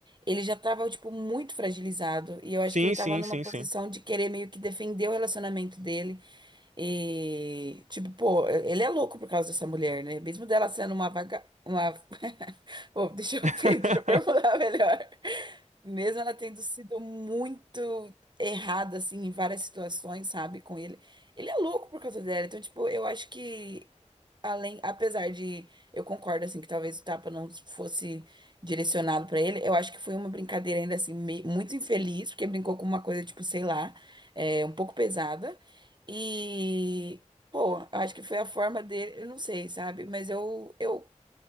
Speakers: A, on the right (about 35°); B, on the right (about 70°).
A: ele já tava, tipo, muito fragilizado. E eu acho
B: sim,
A: que ele tava
B: sim,
A: numa
B: sim,
A: posição
B: sim.
A: de querer meio que defender o relacionamento dele. E, tipo, pô, ele é louco por causa dessa mulher, né? Mesmo dela sendo uma vaga, uma Pô, deixa eu,
B: <laughs>
A: <laughs> pe- deixa eu formular melhor. Mesmo ela tendo sido muito errada, assim, em várias situações, sabe, com ele. Ele é louco por causa dela. Então, tipo, eu acho que, além, apesar de. Eu concordo, assim, que talvez o tapa não fosse direcionado pra ele, eu acho que foi uma brincadeira ainda, assim, me- muito infeliz, porque brincou com uma coisa, tipo, sei lá, é, um pouco pesada. E. Pô, eu acho que foi a forma dele, eu não sei, sabe? Mas eu, eu